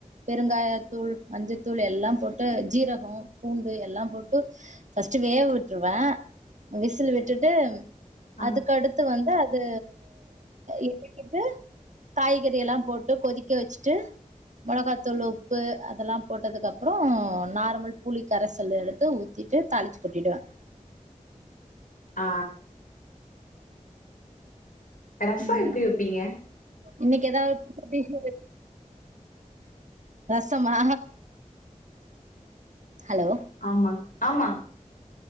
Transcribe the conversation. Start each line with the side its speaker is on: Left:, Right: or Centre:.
Right: பெருங்காயத்தூள் மஞ்சத்தூள் எல்லாம் போட்டு ஜீரகோ பூண்டு எல்லாம் போட்டு ஃபஸ்ட்டு வேக விட்ருவ அ விசில்லு விட்டுட்டு
Left: ஆ
Right: அதுக்கடுத்து வந்து அது எ எடு ட்டு காய்கறி எல்லாம் போட்டு கொதிக்க வச்சுட்டு மொளகாத்தூள் உப்பு அதெல்லாம் போட்டதுக்கப்புறம் நார்மல் புளி கரைசல் எடுத்து ஊ ஊத்திட்டு தாளிச்சி‌ கொட்டிடுவேன்
Left: ஆ ரசம்
Right: ம்
Left: எப்டி வைப்பீங்க
Right: இன்னைக்கு ஏதாவது பேசுங்க ரசமா ஹலோ
Left: ஆமா ஆமா